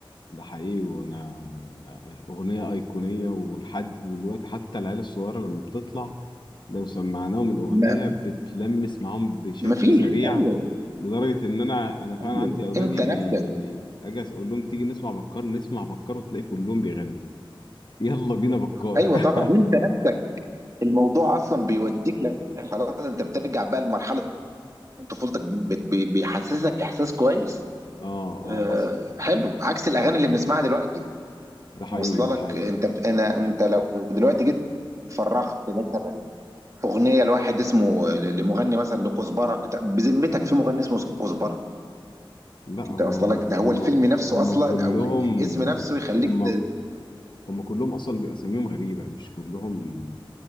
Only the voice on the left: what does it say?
ده حقيقي وانا اغنيه ايقونيه ولحد دلوقتي حتى العيال الصغيره لما بتطلع لو سمعناهم الاغنيه
بتلمس معاهم بشكل
سريع
لدرجه ان انا انا فعلا
عندي اولادي
بي...
اجي اقول لهم تيجي نسمع بكار نسمع بكار وتلاقي كلهم بيغنوا <laughs> يلا بينا بكار
<laughs>
اه
اه حصل
ده حقيقي
ده
حقيقي
لا هو
هو-
هم
هم
كلهم
هم
هم كلهم اصلا بيبقى اساميهم غريبه مش كلهم